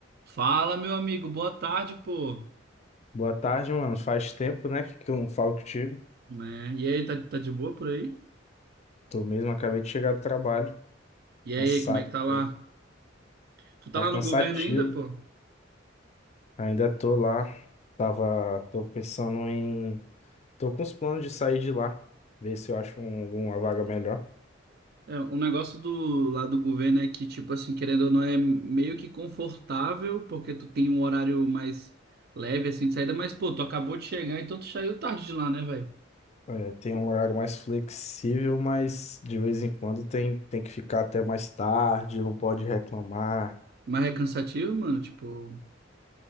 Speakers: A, on the right; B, on the left.
A: Fala, meu amigo, boa tarde, pô.
B: Boa tarde, mano. Faz tempo, né, que eu não falo contigo.
A: Né? E aí, tá, tá de boa por aí?
B: Tô mesmo, acabei de chegar do trabalho,
A: E
B: cansado
A: aí, como é que
B: um
A: tá lá?
B: pouco.
A: Tu tá
B: Tá
A: lá
B: cansativo.
A: no governo ainda, pô?
B: Ainda tô lá. Tava, tô pensando em, tô com os planos de sair de lá, ver se eu acho um- alguma vaga melhor.
A: É, o negócio do lá do governo é que, tipo assim, querendo ou não, é meio que confortável, porque tu tem um horário mais leve, assim, de saída, mas, pô, tu acabou de chegar, então tu saiu tarde de lá, né, velho?
B: É, tem um horário mais flexível, mas de vez em quando tem, tem que ficar até mais tarde, não pode reclamar.
A: Mas é cansativo, mano, tipo,